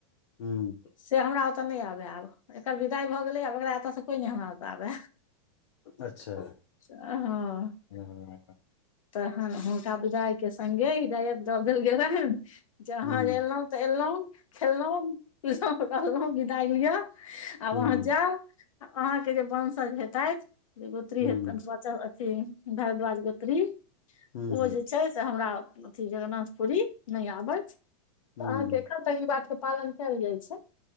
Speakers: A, on the left; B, on the left.
A: हूँ।
B: से हमरा ओतऽ नै आबे आब एकर विदाइ भऽ गेलै आब एकरा एतयसँ कोय नै हमरा ओतऽ आबे।
A: अच्छा
B: हँ।
A: हँ
B: तहन हुनका पूजायके संगे डायरेक्ट दऽ देल गेलैन। जहन
A: हुँ
B: एलौ तऽ एलौ खेलौ, पिलौ, रहलौ विदाइ लिअ। आब
A: हुँ
B: आहाँ जाउ आहाँ के जे वंशज हेतैथ जेगोत्री
A: हुँ
B: हेतैन- अथी भरद्वाज गोत्री
A: हुँ
B: ओ
A: हुँ
B: जे छै से हमरा अथि जगरनाथ। पुरहीत नै आबैथ तऽ
A: हुँ
B: आहाँके एखन तक ई बातके पालन केएल जाय छै।